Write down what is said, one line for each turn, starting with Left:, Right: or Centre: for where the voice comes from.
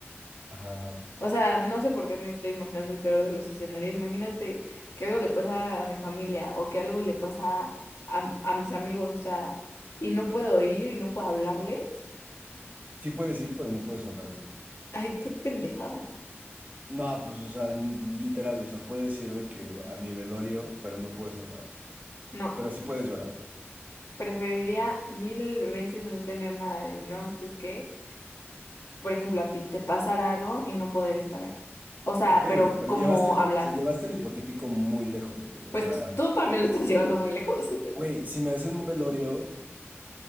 Right: ajá, ajá.
Left: O sea, no sé por qué me estoy imaginando el peor de los escenarios. Imagínate que algo le pasa a mi familia o que algo le pasa a, a mis amigos, o sea, y no puedo ir y no puedo hablarles.
Right: Sí puedes ir, pero no puedes hablar, güey.
Left: Ay, qué pendejada.
Right: No, pues, o sea, n- literal, o sea, puedes ir de que a mi velorio, pero no puedes hablar.
Left: No,
Right: Pero sí puedes llorar.
Left: preferiría mil veces no tener nada de dinero antes que, por ejemplo, a ti te pasara algo y no poder estar ahí. O sea,
Right: Ok,
Left: pero
Right: güey, pero
Left: ¿cómo
Right: llevaste el,
Left: hablar?
Right: hip- o sea, llevaste el hipotético muy lejos, güey. O
Left: Pues
Right: sea,
Left: tú, tú también lo estás <laughs> llevando muy lejos. <laughs>
Right: güey, si me hacen un velorio,